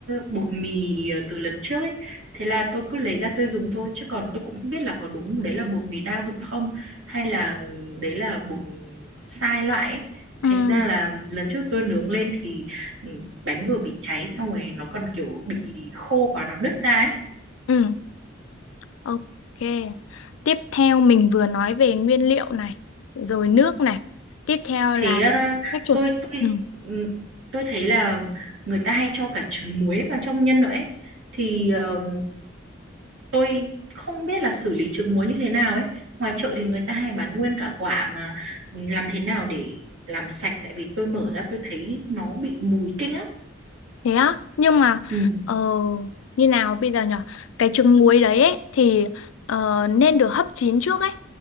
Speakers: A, on the right (about 80°); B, on the left (about 85°).
A: bột mì từ lần trước ấy, thế là tôi cứ lấy ra tôi dùng thôi chứ còn tôi cũng không biết là có đúng đấy là bột mì đa dụng không hay là đấy là bột sai loại ấy.
B: ừ,
A: Thành ra là lần trước tôi nướng lên thì ừm, bánh vừa bị cháy xong rồi nó còn kiểu bị khô quá nó nứt ra ấy.
B: ừ, ok. Tiếp theo mình vừa nói về nguyên liệu này, rồi nước này, tiếp theo
A: Thế
B: là
A: ờ,
B: cách chuột.
A: tôi tôi
B: Ừ.
A: ừm, tôi thấy là người ta hay cho cả trứng muối vào trong nhân nữa ấy. Thì ờ, tôi không biết là xử lý trứng muối như thế nào ấy. Ngoài chợ thì người ta hay bán nguyên cả quả mà làm thế nào để làm sạch tại vì tôi mở ra tôi thấy nó bị mùi kinh lắm.
B: Thế á, nhưng mà
A: Ừ.
B: ờ, như nào bây giờ nhở Cái trứng muối đấy ấy, thì ờ, nên được hấp chín trước ấy.